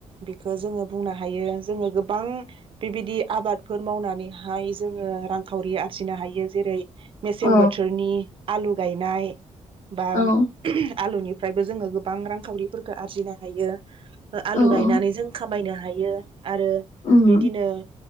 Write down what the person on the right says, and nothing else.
बे जोङो बुंना हायो जोङो गोबां बेबायदि आबादफोर मावनानैहाय जोङो रांखावरि आरजिनो हायो जेरै मेसें
बोथोरनि आलु गायनाय। बा
आलुनि फ्रायबो जोङो गोबां रांखावरिफोरफोरखौ आरजिनो हायो। ओ आलु
गायनानै
जों खा मायनो हायो। यो आरो
बिदिनो